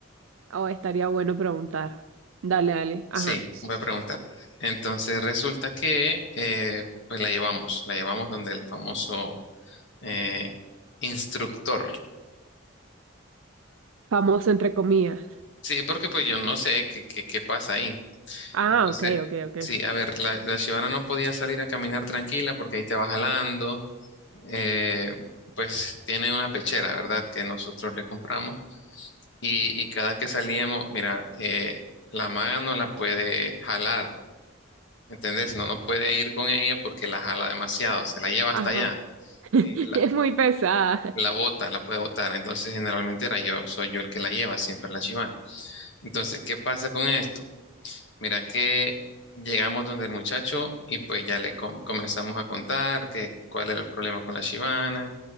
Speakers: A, on the right; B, on the left.
A: Oh, estaría bueno preguntar. Dale, dale. Ajá.
B: Sí, voy a preguntar. Entonces resulta que eh, pues la llevamos, la llevamos donde el famoso eh, instructor.
A: Famoso entre comillas.
B: Sí, porque pues yo no sé qué, qué, qué pasa ahí.
A: Ah,
B: Entonces,
A: ok, ok, ok.
B: sí, a ver, la, la Shibana no podía salir a caminar tranquila porque ahí te va jalando. Eh, pues tiene una pechera, ¿verdad? Que nosotros le compramos. Y, y cada que salíamos, mira, eh, la maga no la puede jalar ¿Entendés? No, no puede ir con ella porque la jala demasiado, se la lleva
A: Ajá.
B: hasta allá,
A: <laughs>
B: y la,
A: Es muy pesada.
B: la bota, la puede botar. Entonces, generalmente era yo, soy yo el que la lleva, siempre la chivana. Entonces, ¿qué pasa con esto? Mira que llegamos donde el muchacho y pues ya le com- comenzamos a contar que cuál era el problema con la chivana,